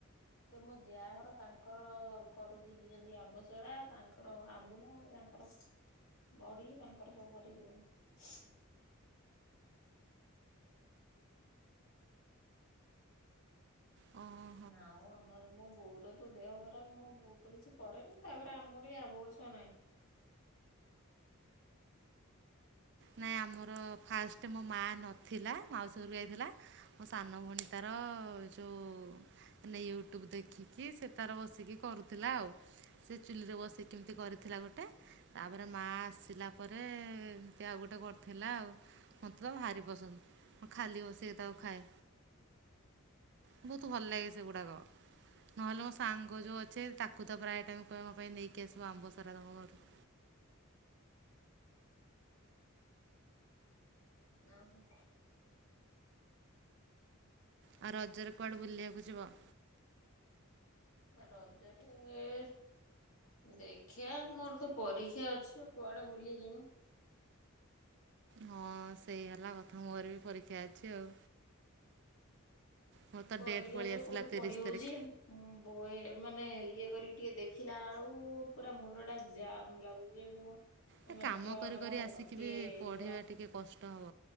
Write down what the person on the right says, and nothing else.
ହଁ।
ନାଇଁ ଆମର ଫାଷ୍ଟ ମୋ ମା ନଥିଲା ମାଉସୀ ଘର ଯାଇଥିଲା ମୋ ସାନ ଭଉଣୀ ତାର ଯୋ ମାନେ ୟୁଟ୍ୟୁବ ଦେଖିକି ସେ ତାର ବସିକି କରୁଥିଲା ଆଉ। ସେ ଚୁଲିରେ ବସେଇ କି କେମିତି କରିଥିଲା ଗୋଟେ ତାପରେ ମା ଆସିଲା ପରେ ସେ ଆଉ ଗୋଟେ କରିଥିଲା ଆଉ ମୋତେ ତ ଭାରି ପସନ୍ଦ ମୁଁ ଖାଲି ବସିକି ତାକୁ ଖାଏ।
ବହୁତ ଭଲ ଲାଗେ ସେଗୁଡାକ ନହେଲେ ମୋ ସାଙ୍ଗ
ଯୋଉ ଅଛେ ତାକ୍ କୁ ତ ପ୍ରାୟ ତାଙ୍କ ମୋ ପାଇଁ ନେଇକି ଆସିବ ଆମ୍ବ ସରା ତମ ଘରୁ।
ଆ ରଜରେ କୁଆଡେ ବୁଲିବାକୁ ଯିବ।
ହଁ ସେଇ ହେଲା କଥା ମୋର ବି ପରୀକ୍ଷା ଅଛି ଆଉ। ମୋର ତ
ଡେଟ୍ ପଳେଇ
ଆସିଲା
ତିରିଶ
ତାରିଖ।
ଏ
କାମ
କରି
କରି
ଆସିକି
ବି
ପଢ଼ିବା
ଟିକେ କଷ୍ଟ ହବ।